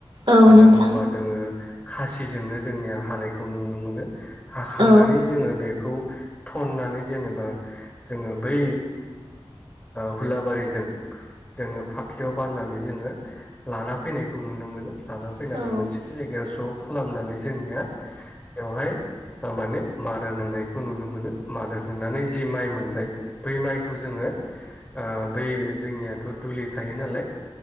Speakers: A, on the right; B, on the left.
A: औ
B: हानांगौबा
A: नोंथां
B: जोङो खासिजोंनो जोंनिया हानायखौ नुनो मोनो हाखांनानै
A: औ
B: जोङो बेखौ थननानै जेनेबा जोङो बै हुलाबारिजों जोङो फाफ्लियाव बाननानै जोङो लाना फैनायखौ नुनो मोनो लाना
A: औ
B: फैनानै मोनसे जायगायाव ज' खालामनानै जोंनिया बेवहाय माने मार होन होनायखौ नुनो मोनो मार होन होनानै जि माइ मोनबाय बै माइखौ जोङो ओ बै जोंनियाथ' दुलि थायो नालाय